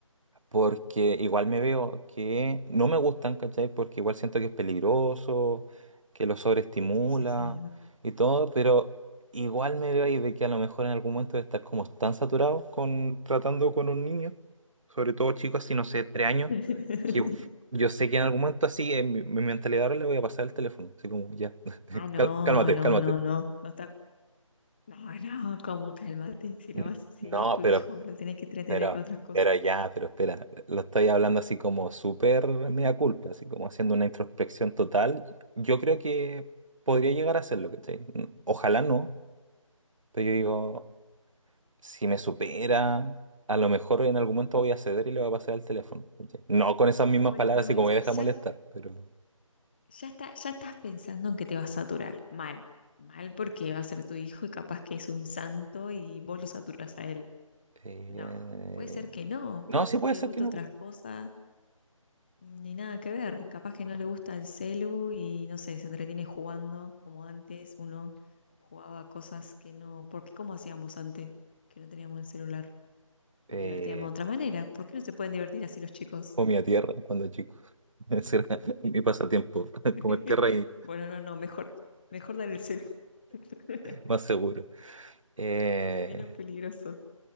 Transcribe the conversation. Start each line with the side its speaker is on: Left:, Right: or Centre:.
Right: porque igual me veo que no me gustan, ¿cachai? Porque igual siento que es peligroso, que lo sobreestimula
Left: sí, sí, sí. es
Right: y todo, pero igual me veo ahí de que a lo mejor en algún momento de estar como tan saturado con tratando con un niño, sobre todo chicos así, no sé, tres años,
Left: verdad.
Right: que
Left: <laughs>
Right: yo sé que en algún momento así, en mi, mi mentalidad ahora le voy a pasar el teléfono, así como ya, <laughs>
Left: Ah, no,
Right: cal- cálmate,
Left: no,
Right: cálmate.
Left: no, no, no está. No, no, como calmate, si
Right: N-
Left: lo vas, si
Right: No,
Left: es tu
Right: pero
Left: hijo, lo tenés que entretener
Right: Pero,
Left: con otras cosas.
Right: pero ya, pero espera, lo estoy hablando así como súper mea culpa, así como haciendo una introspección total. Yo creo que podría llegar a hacerlo, ¿cachai? Ojalá no, pero yo digo, si me supera, a lo mejor en algún momento voy a ceder y le voy a pasar el teléfono, ¿cachai? No con esas mismas
Left: Bueno,
Right: palabras,
Left: pero
Right: así
Left: ves,
Right: como me deja
Left: ya
Right: molestar, pero...
Left: Ya está, ya estás pensando en que te va a saturar. Mal, mal porque va a ser tu hijo y capaz que es un santo y vos lo saturas a él.
Right: eh,
Left: No, puede ser que no,
Right: No,
Left: puede
Right: sí
Left: ser
Right: puede
Left: que
Right: ser
Left: le guste
Right: que no.
Left: otras cosas, ni nada que ver. Capaz que no le gusta el celu y no sé, se entretiene jugando como antes uno jugaba a cosas que no. ¿Por qué cómo hacíamos antes que no teníamos el celular?
Right: Eh,
Left: Nos divertíamos de otra manera. ¿Por qué no se pueden divertir así los chicos?
Right: comía tierra cuando chico. <laughs> Ese era mi
Left: Bueno,
Right: pasatiempo, <laughs>
Left: <laughs>
Right: comer tierra y
Left: Bueno, no, no, mejor, mejor dar el celu. <laughs>
Right: más seguro. Eh,
Left: menos peligroso.